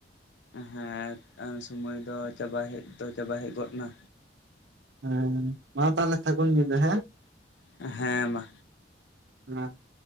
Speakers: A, on the left; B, on the right.
A: ᱦᱮᱸ ᱥᱩᱢᱟᱹᱭ ᱫᱚ ᱪᱟᱵᱟ ᱦᱮᱡ ᱫᱚ ᱪᱟᱵᱟ ᱦᱮᱡ ᱜᱚᱫ ᱱᱟ᱾
B: ᱦᱮᱸ ᱢᱟ ᱛᱟᱦᱞᱮ ᱥᱟᱹᱜᱩᱱ ᱧᱤᱫᱟᱹ ᱦᱮᱸ᱾
A: ᱦᱮᱸ ᱢᱟ᱾
B: <unintelligible>